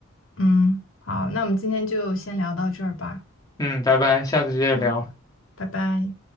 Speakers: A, on the left; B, on the left.
A: 嗯，好，那我们今天就先聊到这儿吧。
B: 嗯，拜拜，下次接着聊。
A: 嗯，拜拜。